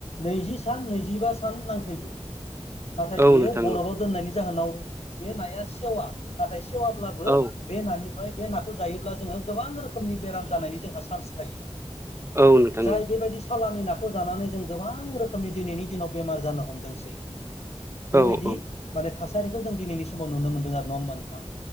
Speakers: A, on the left; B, on the right.
A: नैजि सान नैजिबा नांफैगौ। नाथाय
B: औ
A: बेयो
B: नोंथां
A: बरफाव
B: औ
A: दोननायनि जाहोनाव बे नाया सेवा, नाथाय सेवाब्लाबो
B: औ
A: बे नफ्राय बे नाखौ जायो ब्ला जोङो गोबां रोखोमनि बेराम जानायनि जोंहा चान्स थायो।
B: औ नोंथां
A: जाय
B: औ।
A: बेबायदि सालानि नाखौ जानानै जों गोबां रोखोमनि दिनैनि दिनाव बेमार जानो हमदोंसै। बेबायदि
B: औ औ
A: माने थासारिखौ जों दिनैनि समाव नुनो मोनदों आरो नङा होमबा नोंथां।